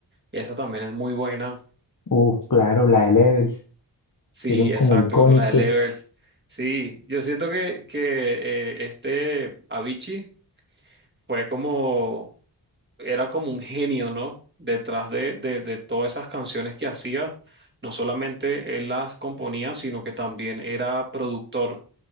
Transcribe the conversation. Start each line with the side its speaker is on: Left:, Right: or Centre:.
Right: Esa también es muy buena.
Left: Uf, claro, la de Levels,
Right: Sí,
Left: que son como
Right: exacto,
Left: icónicos
Right: como la de Levels. Sí, yo siento que, que eh, este Avicii fue como, era como un genio, ¿no? Detrás de, de, de todas esas canciones que hacía, no solamente él las componía, sino que también era productor